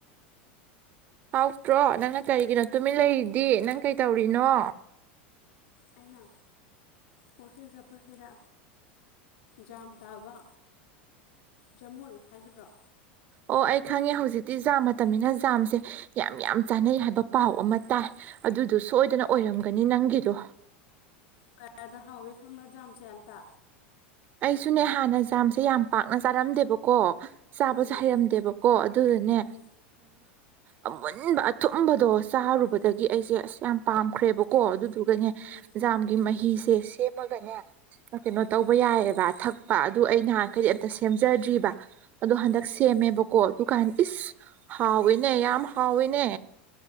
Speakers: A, on the right; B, on the left.
A: ꯍꯥꯎꯇ꯭ꯔꯣ ꯅꯪꯅ ꯀꯔꯤꯒꯤꯅꯣ ꯇꯨꯃꯤꯟ ꯂꯩꯔꯤꯗꯤ ꯅꯪ ꯀꯩꯇꯧꯔꯤꯅꯣ
B: ꯑꯩꯅ ꯋꯥꯀꯤꯡ ꯆꯠꯄ ꯁꯤꯗ ꯖꯥꯝ ꯇꯥꯕ ꯖꯃꯨꯜ ꯍꯥꯏꯒꯗ꯭ꯔꯥ
A: ꯑꯣ ꯑꯩ ꯈꯪꯉꯦ ꯍꯧꯖꯤꯛꯇꯤ ꯖꯥꯝ ꯃꯇꯝꯅꯤꯅ ꯖꯥꯝꯁꯦ ꯌꯥꯝ ꯌꯥꯝ ꯆꯥꯅꯩ ꯍꯥꯏꯕ ꯄꯥꯎ ꯑꯃ ꯇꯥꯏ ꯑꯗꯨꯗꯣ ꯁꯣꯏꯗꯅ ꯑꯣꯏꯔꯝꯒꯅꯤ ꯅꯪꯒꯤꯗꯣ
B: ꯀꯌꯥꯗ ꯍꯥꯎꯏ ꯈꯪꯕ꯭ꯔꯥ ꯖꯥꯝꯁꯦ ꯑꯝꯇ
A: ꯑꯩꯁꯨꯅꯦ ꯍꯥꯟꯅ ꯖꯥꯝꯁꯦ ꯌꯥꯝ ꯄꯥꯛꯅ ꯆꯥꯔꯝꯗꯦꯕꯀꯣ ꯆꯥꯕꯁꯨ
B: ꯎꯝ
A: ꯍꯩꯔꯝꯗꯦꯕꯀꯣ ꯑꯗꯨꯗꯅꯦ
B: ꯎꯝ
A: ꯑꯃꯨꯟꯕ ꯑꯊꯨꯝꯕꯗꯣ ꯆꯥꯔꯨꯕꯗꯒꯤ
B: ꯎꯝ
A: ꯑꯩꯁꯦ ꯑꯁ ꯌꯥꯝ ꯄꯥꯝꯈ꯭ꯔꯦꯕꯀꯣ ꯑꯗꯨꯗꯨꯒꯅꯦ
B: ꯎꯝ
A: ꯖꯥꯝꯒꯤ ꯃꯍꯤꯁꯦ ꯁꯦꯝꯃꯒꯅꯦ ꯀꯩꯅꯣ ꯇꯧꯕ
B: ꯎꯝ
A: ꯌꯥꯏꯑꯕ ꯊꯛꯄ ꯑꯗꯨ ꯑꯩ ꯅꯍꯥꯟ ꯈꯩꯗꯤ
B: ꯎꯝ
A: ꯑꯝꯇ ꯁꯦꯝꯖꯥꯗ꯭ꯔꯤꯕ ꯑꯗꯣ ꯍꯟꯗꯛ
B: ꯎꯝ
A: ꯁꯦꯝꯃꯦꯕꯀꯣ ꯑꯗꯨ ꯀꯟ ꯏꯁ ꯍꯥꯎꯋꯤꯅꯦ ꯌꯥꯝ ꯍꯥꯎꯋꯤꯅꯦ